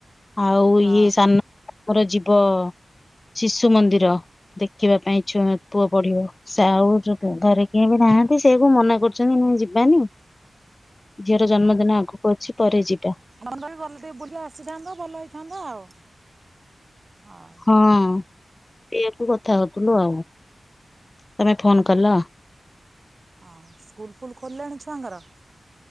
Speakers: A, on the left; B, on the right.
A: ଆଉ
B: ହଁ
A: ଇଏ ସାନଙ୍କର ଯୀବ ଶିଶୁ ମନ୍ଦିର ଦେଖିବା ପାଇଁ ଛୁଆ ପୁଅ ପଢିବ ସେଉ ଘରେ କିଏ ବି ନାହାନ୍ତି ସେ କ ମନା କରୁଛନ୍ତି ନା ଯିବାନି ଝିଅର ଜନ୍ମଦିନ ଆଗକୁ ଅଛି ପରେ ଯିବା
B: <unintelligible> ଗଲେ ଟିକେ ବୁଲିକି ଆସିଥାନ୍ତତା ଭଲ ହେଇଥାନ୍ତତା ଆଉ ହଉ।
A: ହଁ ସେଇଆକୁ କଥା ହଉଥିଲୁ ଆଉ ତମେ ଫୋନ କଲ।
B: ହଁ ସ୍କୁଲ୍ ଫୁଲ୍ ଖୋଲିଲାଣି ଛୁଆଙ୍କର